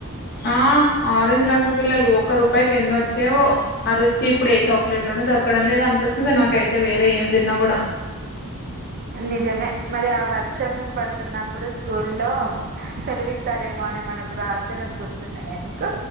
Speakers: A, on the left (about 45°); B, on the right (about 40°).
A: ఆ ఆరెంజ్ రంగ పిల్లలు ఒక్క రూపాయికి ఎన్నో వచ్చేవో అ ర వచ్చి ఇప్పుడు ఏ చాక్లెట్ లోనే దొరకడం లేదు అనిపిస్తుంది నాకైతే వేరే ఏమి తిన్నా కూడా
B: నిజమే మరి ఆ వర్షం పడుతున్నప్పుడు స్కూల్లో సెలవిస్తారేమో అనే మనప్పుడు ఆార్ధనలు గుర్తున్నాయనికు